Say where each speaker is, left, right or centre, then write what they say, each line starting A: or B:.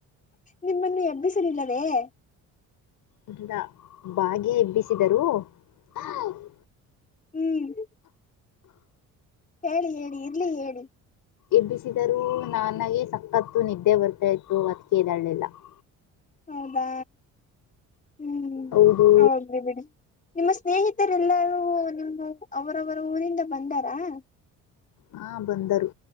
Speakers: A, on the left; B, on the left.
A: ನಿಮ್ಮನ್ನು, ಎಬ್ಬಿಸಲಿಲ್ಲವೇ? <inaudible>
B: ಇಲ್ಲಾ, ಬಾಗ್ಯ ಎಬ್ಬಿಸಿದರು? <unintelligible>
A: ಹ್ಮ್. <inaudible> ಹೇಳಿ, ಹೇಳಿ, ಇರ್ಲಿ ಹೇಳಿ? <inaudible>
B: ಎಬ್ಬಿಸಿದರೂ, ನನಗೆ ಸಕತ್ತು! ನಿದ್ದೆ ಬರ್ತಾ ಇತ್ತು, ಅದಕ್ಕೆ, ಎದ್ದೆಯಲಿಲ್ಲ. <inaudible>
A: ಹೌದಾ! ಹ್ಮ್,
B: ಹೌದು
A: ಹೋಗ್ಲಿ ಬಿಡಿ? <inaudible> ನಿಮ್ಮ, ಸ್ನೇಹಿತರೆಲ್ಲರೂ! ನಿಮ, ಅವರವರು ಊರಿಂದ ಬಂದಾರಾ? <inaudible>
B: ಹ, ಬಂದರು